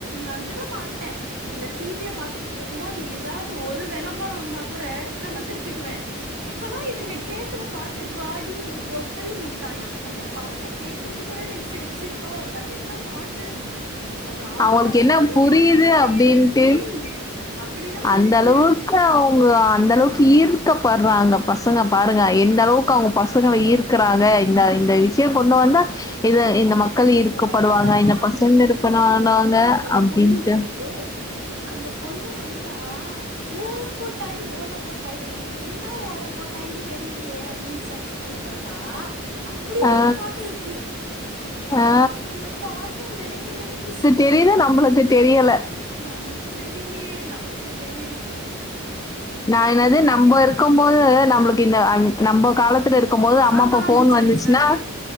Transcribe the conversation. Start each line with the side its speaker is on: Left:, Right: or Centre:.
Right: நகரமாட்டே இந்த டிவிய பாத்துகிட்டு இருக்கும் போது ஏதா ஒரு விளம்பரொ வந்தா கூட கண்ண திருப்பிக்குவே இப்பல்லா இவங்க கேக்குற பாட்டு வாடி ஏ பொட்டல் முட் முட்டாயா அந்த பாட்ட கேக்கறதுக் கூட எனக்கு சிரிப் சிரிப் பா வருது அது என்ன பாட்டு அப்புறோ ஆ
Left: அவங்களுக்கு
Right: மோசமான
Left: என்ன புரியுது
Right: பாட்டா மாரி
Left: அப்டின்ட்டு
Right: வருது ம் அப்படி தான்
Left: அந்த
Right: இருக்குது
Left: அளவுக்கு அவுங்க அந்த அளவுக்கு ஈர் இருக்கப்படுறாங்க பசங்க பாருங்க எந்த அளவுக்கு அவங்க பசங்கள ஈர்க்குறாங்க இந்த இந்த விஷய கொண்டு வந்தா இது இந்த மக்கள்
Right: என்
Left: ஈர்
Right: குழந்தலாம்
Left: க்கப்படுவாங்க இந்த பசங்க
Right: என்ன
Left: இரு பண்ண ஆனாங்க
Right: பக்கத்து வீட்டில் ஒரு
Left: அப்டின்ட்டு
Right: பொண்ணு இருக்குது அந்த பொண்ணு வந்தா ஊலு கொட்டாய் ஓல கொட்டாய்ன்வா என்ன ஓல கொட்டாயு தெரியலையே அப்டின்னு சர்ச் பண்ணி பாத்தா அப்டின்னு
Left: ஆ ஆ
Right: ஒரு பாட்டு இருக்கு
Left: ஆ
Right: அந்த பாட்ட நெனைக்க நெனைக்க
Left: தெரீது நம்புளுக்கு தெரியல
Right: நமக்கு தெரிலியே நமக்கு தெரி
Left: நா என்னாது
Right: போ
Left: நம்போ இருக்கும் போது நம்ளுக் இந்த அ நம்போ காலத்துல இருக்கும் போது
Right: வராம்
Left: அம்மா அப்பா
Right: வராம்
Left: ஃபோன்
Right: பூச்சாண்டி
Left: வந்துச்சுனாஹ்
Right: சாங்கு